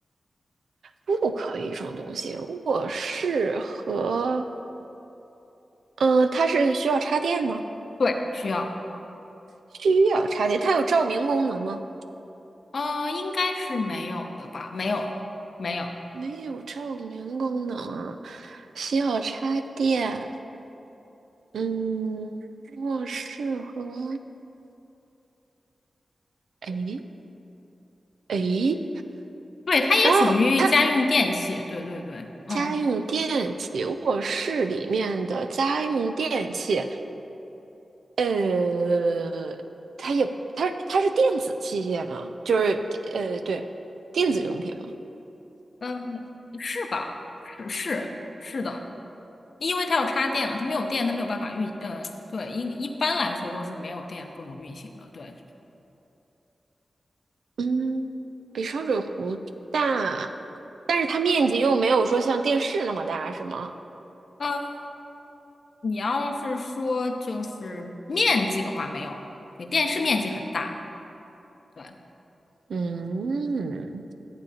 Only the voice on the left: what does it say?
对，需要，
呃，应该是没有的吧？没有，没有。
对，它也属于家用电器。
对对对，嗯
嗯，是吧？是是是的，因为它要插电嘛，它没有电，它没有办法运。呃，对，应一般来说都是没有电不能运行的。对。
嗯。你要是说就是面积的话，没有，对，电视面积很大，对，